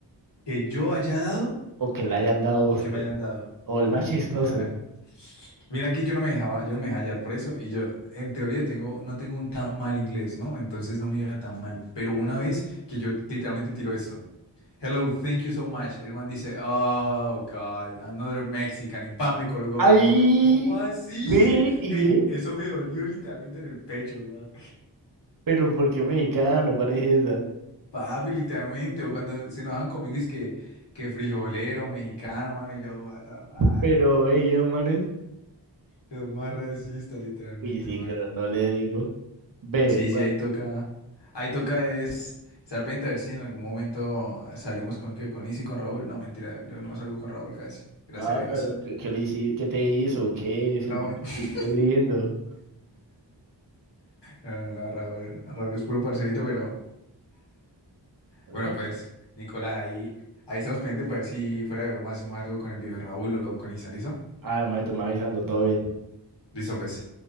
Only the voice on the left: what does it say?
Que yo haya dado
o
que me hayan dado.
Uh,
ya. Mira aquí yo no me dejaba, yo no me dejaba hallar por eso y yo en teoría tengo, no tengo un tan mal inglés, ¿no? Entonces no me iba tan mal. Pero una vez que yo literalmente tiro esto. Hello, thank you so much. El man dice, oh God, another Mexican. Y pan me colgó,
weón. Y yo, ¿cómo así?
Ey, eso me dolió literalmente en el pecho, weón.
Papi, literalmente, o cuando se enojan conmigo es que, que frijolero, mexicano, mano, y yo, what the fuck,
weón.
Los más racistas, literalmente,
mano.
Sí,
sí, ahí toca, ahí toca es estar pendiente a ver si en algún momento salimos con qué con Isi, con Raúl. No, mentira, yo no salgo con Raúl casi, gracias
a Dios.
<laughs>
No, mentira,
no, no, no, Raúl, Raúl es puro parcerito, pero
bueno,
pues, Nicolás, ahí, ahí estamos pendientes para ver si fuera de broma hacemos algo con el viejo Raúl o con Isa, ¿listo?
Listo, pues.